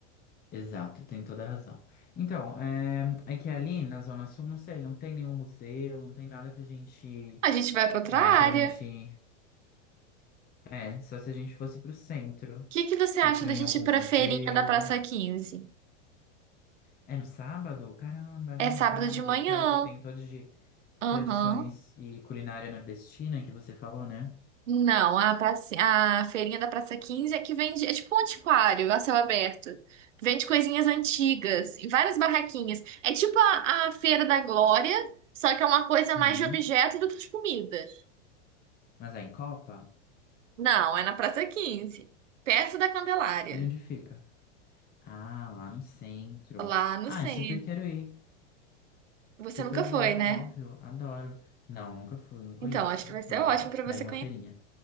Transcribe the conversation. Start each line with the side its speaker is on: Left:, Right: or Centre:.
Left: exato, tem toda a razão. Então, é, é que ali na Zona Sul, não sei, não tem nenhum museu, não tem nada pra gente,
Right: A gente vai para outra
Left: é,
Right: área.
Left: pra gente,
Right: O
Left: é, só se a gente fosse pro centro,
Right: que que você acha
Left: ir pra
Right: da
Left: em
Right: gente
Left: algum
Right: ir para
Left: museu.
Right: feirinha da Praça 15?
Left: É no sábado? Caramba, é
Right: É
Left: verdade.
Right: sábado de manhã.
Left: É aquela que tem toda de
Right: Aham.
Left: tradições e culinária nordestina que você falou, né?
Right: Não, a, praça, a feirinha da Praça 15 é que vende, é tipo um antiquário a céu aberto. Vende coisinhas antigas e várias barraquinhas. É tipo a, a Feira da Glória, só que é uma coisa
Left: Uhum.
Right: mais de objeto do que de comida.
Left: Mas é em Copa?
Right: Não, é na Praça 15, perto da Candelária,
Left: E onde fica? Ah, lá no centro.
Right: lá no
Left: Ah,
Right: centro.
Left: super quero ir.
Right: Você
Left: Super
Right: nunca
Left: vou,
Right: foi, né?
Left: óbvio, adoro. Não, nunca fui, não conheço.
Right: Então, acho que vai ser
Left: Pronto,
Right: ótimo para você
Left: tá aí uma feirinha.